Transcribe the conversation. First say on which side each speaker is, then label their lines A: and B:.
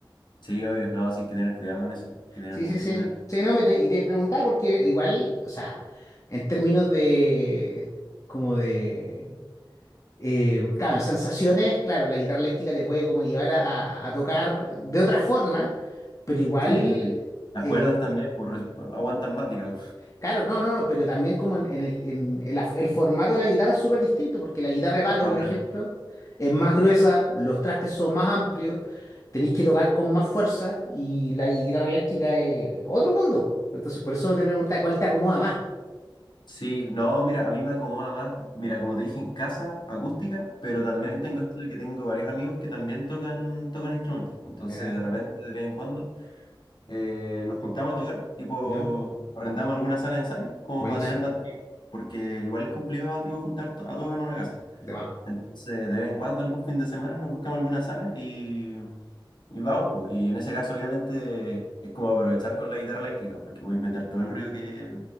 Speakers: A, on the left (about 65°); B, on the left (about 40°).
A: Sí, obvio, no, sí hay que tener cuidado con eso, hay que tener
B: Sí,
A: mucho
B: sí, sí.
A: cuidado.
B: Sí, no, me te- y te preguntaba porque igual, o sea, en términos de, como de Eh, claro, en sensaciones, claro, la guitarra eléctrica te puede como llevar a, a- a tocar de otra forma, pero igual,
A: Sí. Las
B: eh,
A: cuerdas también, pues res- bueno, aguantan más, digamos.
B: claro, no, no, no, pero también como en, en el, en el af- el formato de la guitarra es súper distinto, porque la guitarra de palo,
A: Ah,
B: por
A: claro.
B: ejemplo, es más gruesa, los trastes son más amplios, tenéis que tocar con más fuerza y la guitarra eléctrica es otro mundo. po. Entonces, por eso te preguntaba, ¿cuál te acomoda más?
A: Sí, no, mira, a mí me acomoda más, mira, como te dije, en casa, acústica, pero también
B: Mira,
A: tengo esto de que tengo varios amigos que también tocan, tocan instrumentos, pues, entonces
B: mira,
A: de repente, de vez en cuando, eh, nos juntamos a tocar, tipo,
B: ¿ya?
A: arrendamos alguna sala de ensayo como
B: Buenísimo,
A: para tener batería, porque igual es complicado, tipo, juntar to- a todos en una casa.
B: de más,
A: Entonces, de vez en cuando, algún fin de semana, nos buscamos alguna sala y Y vamos, pues. Y en ese caso, obviamente, es como aprovechar con la guitarra eléctrica, porque podéis meter todo el ruido que,